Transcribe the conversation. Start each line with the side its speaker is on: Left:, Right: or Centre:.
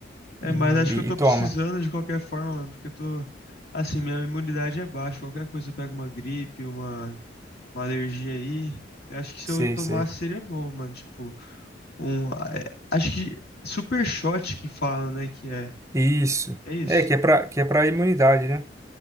Left: É,
Right: e,
Left: mas acho que eu tô
Right: e, e toma.
Left: precisando de qualquer forma, mano, porque eu tô. Assim, minha imunidade é baixa. Qualquer coisa eu pego uma gripe, uma, uma alergia aí. Eu Acho que se
Right: Sei,
Left: eu tomasse
Right: sei.
Left: seria bom, mano. Tipo, um. a- é- Acho que super shot que falam, né? Que é.
Right: Isso.
Left: É isso.
Right: É, que é pra, que é pra imunidade, né?